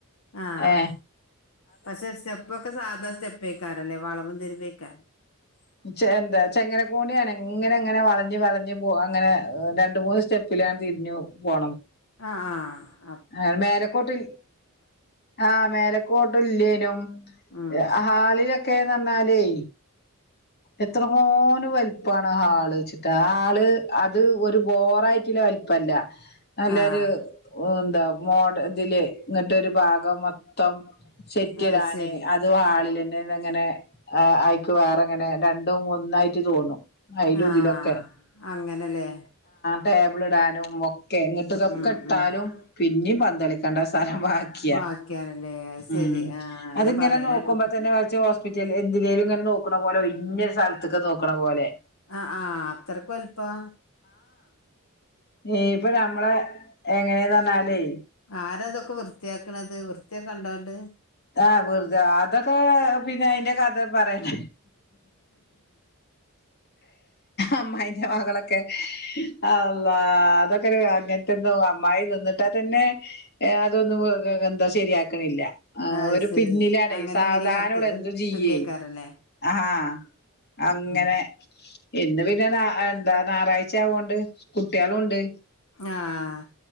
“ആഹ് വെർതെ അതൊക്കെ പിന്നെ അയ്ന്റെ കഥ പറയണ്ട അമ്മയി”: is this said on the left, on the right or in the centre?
Left